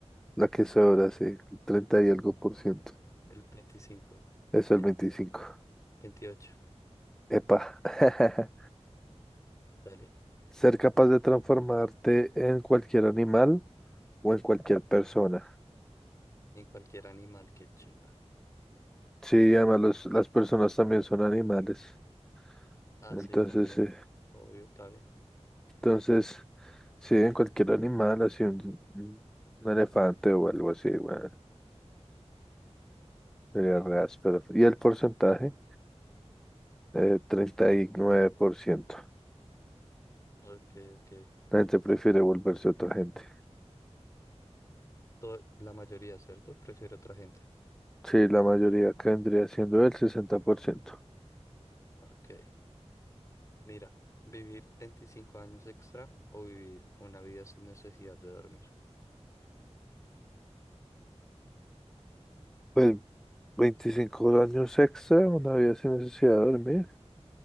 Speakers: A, in the centre; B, on the left.
A: La que sobra, sí. el 30 y algo por ciento.
B: El Mm. 25,
A: Eso
B: ent-
A: el veinticinco,
B: 28,
A: Epa. <laughs>
B: dale.
A: Ser capaz de transformarte en cualquier animal o en cualquier persona.
B: En cualquier animal, que chimba.
A: Sí, además los- las personas también son animales.
B: Ah,
A: Entonces,
B: sí, también,
A: sí.
B: obvio, caben.
A: Entonces, sí, en cualquier animal, así un, un elefante o algo así, güey. Sería re áspero. ¿Y el porcentaje? Eh, treinta y nueve por ciento.
B: Ok, ok.
A: La gente prefiere volverse otra gente.
B: To- la mayoría, ¿cierto? Prefiere otra gente.
A: Sí, la mayoría acá vendría siendo el 60%.
B: Ok. Mira, vivir 25 años extra o vivir una vida sin necesidad de dormir.
A: Pues veinticinco años extra, una vida sin necesidad de dormir.